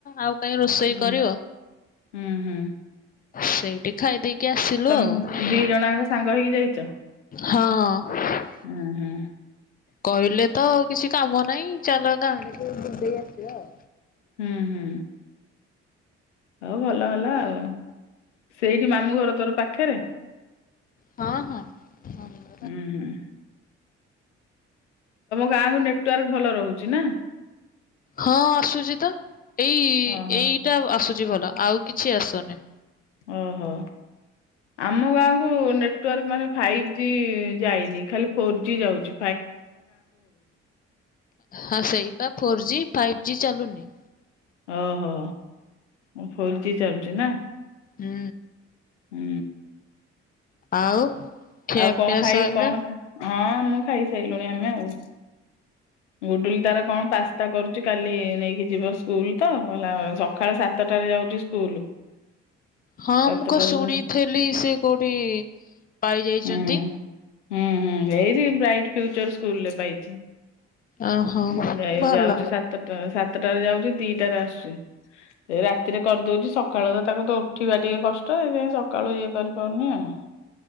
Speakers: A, on the left; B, on the left.
A: ଆଉ। କାହିଁ ରୋଷେଇ
B: ହୁଁ
A: କରିବ
B: ହୁଁ ହୁଁ।
A: ସେଇଠି ଖାଇ ଦେଇେଇକି ଆସିଲୁ
B: ତମେ
A: ଆଉ।
B: ଦି ଜଣଆଙ୍କ ସାଙ୍ଗ ହେଇକି ଯାଇଛ
A: ହଁ।
B: ହୁଁ ହୁଁ।
A: କହିଲେ ତ କିଛି କାମ ନାହିଁ ଚାଲ <inaudible> ଆସିବା ଆଉ।
B: ହୁଁ ହୁଁ। ହଉ ଭଲ ହେଲା। ଆଉ ସେଇଠି ମାମୁଁ ଘର ତୋର ପାଖରେ?
A: ହଁ ହଁ ହ।
B: ହୁଁ ହୁଁ। କାହାକୁ ନେଟୱାର୍କ ଭଲ ରହୁଚି ନା?
A: ହଁ ଆସୁଚି ତ ଏଇ
B: ଓହୋ
A: ଏଇ ଟା ଆସୁଚି ଭଲ ଆଉ କିଛି ଆସୁନି।
B: ଓହୋ। ଆମ ଗାଁକୁ ନେଟୱାର୍କ ମାନେ ଫାଇଭ୍ ଜି ଯାଇନି ଖାଲି ଫୋର୍ ଜି ଯାଉଚି।
A: ହଁ ସେଇଟା ଫୋର ଜି ଫାଇଭ୍ ଜି ଚାଲୁନି।
B: ଓହୋ ମୁଁ ଫୋର୍ ଜି ଚାଲୁଚି ନା?
A: ହୁଁ।
B: ହୁଁ।
A: ଆଉ? ଖିଆପିଆ
B: ଆଉ କଣ ଖାଇ
A: ସଇଲା?
B: କଣ ହଁ ମୁଁ ଖାଇ ସାରିଲୁଣି ଆମେ ଆଉ। ଗୁଡୁଲି ତାର କଣ ପାସ୍ତା କରୁଚି କାଲି ନେଇକି ଯିବ ସ୍କୁଲ ତ। ଲା ସକାଳ ସାତଟାରେ ଯାଉଚି ସ୍କୁଲ।
A: ହଁ
B: ସାତଟାରେ
A: ମୁଁ କ ଶୁଣିଥିଲି
B: ଯା
A: ସେ କୋଉଠି ପାଇଯାଇଛନ୍ତି।
B: ହୁଁ ହୁଁ ହୁଁ ଏଇଠି ବ୍ରାଇଟ ଫ୍ୟୁଚର ସ୍କୁଲ ରେ ପାଇଚି।
A: ଓହୋ
B: ହୁଁ ଏଇ
A: ଭଲ।
B: ଯାଉଚି ସାତ ଟଙ୍କା ସାତ ସାତଟାରେ ଯାଉଚି ଦିଟାରେ ଆସୁଚି। ରାତିରେ କରିଦଉଚି ସକାଳ ତ ତାକୁ ତ ଉଠ ପିବା ଟିକେ କଷ୍ଟ ସେଇଥିପାଇଁ ସକାଳୁ ଇଏ କରିପାରୁନି ଆଉ।